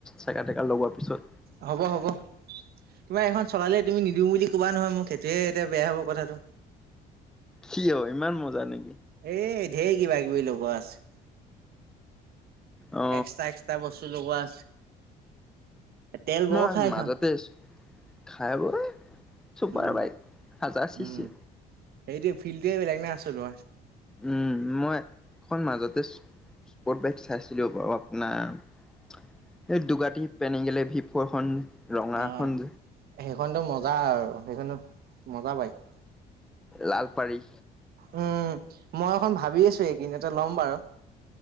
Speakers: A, in the centre; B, on the right.
A: চেকা টেকা লগোৱাৰ পিছত
B: হ'ব হ'ব তোমাৰ এইখন চলালে তুমি নিদিওঁ বুলি ক'বা নহয় মোক। সেইটোহে এতিয়া বেয়া হ'ব কথাটো।
A: কি অ', ইমান মজা নেকি?
B: এ ধেৰ কিবা কিবি লগোৱা আছে।
A: অ
B: এক্সট্ৰা এক্সট্ৰা বস্তু লগোৱা আছে। তেল বৰ
A: মই
B: খাই এইখন
A: মাজতে আছো খাই ব চুপাৰ
B: উম
A: বাইক হাজাৰ চি
B: উম
A: চি।
B: সেইটোৱে ফিল্ডটোৱে বেলেগ না আছো <unintelligible>
A: উম, মইখন মাজতে স্পৰ্ট বাইক চাইছিলো বাৰু আপোনাৰ। সেই দুগাতি পেনিগেলে ভি ফ'ৰখন ৰঙা
B: অ
A: খন
B: সেইখনতো মজা আৰু সেইখনো মজা বাইক।
A: লালপাৰী।
B: উম, মই এখন ভাবি আছোঁ এইকিনতে ল'ম বাৰু।